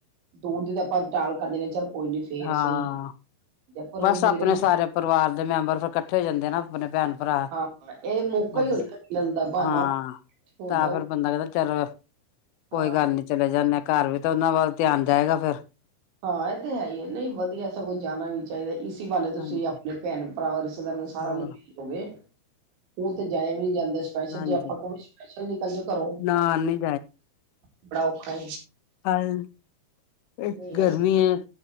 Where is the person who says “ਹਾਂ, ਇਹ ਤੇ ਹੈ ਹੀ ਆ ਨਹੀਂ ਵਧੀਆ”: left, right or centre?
Right